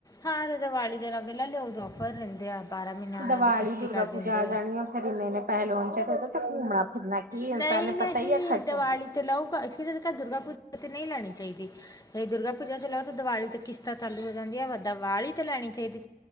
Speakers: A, on the left; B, on the right.
A: ਹਾਂ ਓਦੋਂ ਦਵਾਲੀ ਦੇ ਲਾਗੇ ਲੈ ਲਿਓ ਓਦੋਂ ਔਫਰ ਰੈਂਦੇ ਆ। ਬਾਰਾਂ ਮਹੀਨੇ ਉਹਨਾਂ
B: ਦੀਵਾਲੀ
A: ਦੀ ਕਿਸ਼ਤੀ
B: ਦੁਰਗਾ
A: ਕਰ
B: ਪੂਜਾ
A: ਦਿੰਦੇ
B: ਆ ਜਾਨੀ ਆ ਫੇਰ ਇੰਨੇ ਇੰਨੇ ਪੈਸੇ ਲੋ ਤੇ ਘੁੰਮਨਾ ਫਿਰਨਾ ਕੀ ਇਨਸਾਨ
A: ਨਈਂ
B: ਨੇ
A: ਨਹੀਂ
B: ਪਤਾ ਹੀ ਆ ਖਰਚਾ
A: ਦਵਾਲੀ ਤੇ ਲਊਗਾ ਇਸ ਲਈ ਦੁਰਗਾ ਪੂਜਾ ਤੇ ਨਈਂ ਲੈਨੀ ਚਾਈਦੀ ਚਾਏ ਦੁਰਗਾ ਪੂਜਾ ਤੇ ਲਓ ਤਾਂ ਦਵਾਲੀ ਤੇ ਕਿਸ਼ਤਾਂ ਚਾਲੂ ਹੋ ਜਾਂਦੀਆਂ ਪਰ ਦਵਾਲੀ ਤੇ ਲੈਨੀ ਚਾਈਦੀ